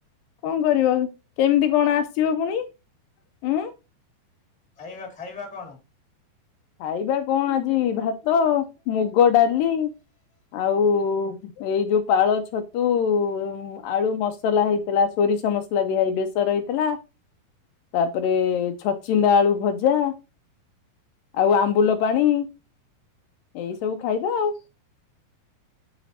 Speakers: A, on the left; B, in the centre.
A: କଣ କରିବ କେମିତି କଣ ଆସିବ ପୁଣି ଉଁ?
B: ଖାଇବା ଖାଇବା କଣ?
A: ଖାଇବା କଣ ଆଜି ଭାତ, ମୁଗ ଡ଼ାଲି ଆଉ କୁ ଏଇ ଯୋଉ ପାଳ ଛତୁ ଉଁ ଆଳୁ ମସଲା ହେଇଥିଲା। ସୋରିଷ ମସଲା ଦିଆ ହେଇ ବେସର ହେଇଥିଲା। ତାପରେ ଛଚିନ୍ଦା ଆଳୁ ଭଜା। ଆଉ ଆମ୍ବୁଲ ପାଣି ଏଇ ସବୁ ଖାଇବା ଆଉ।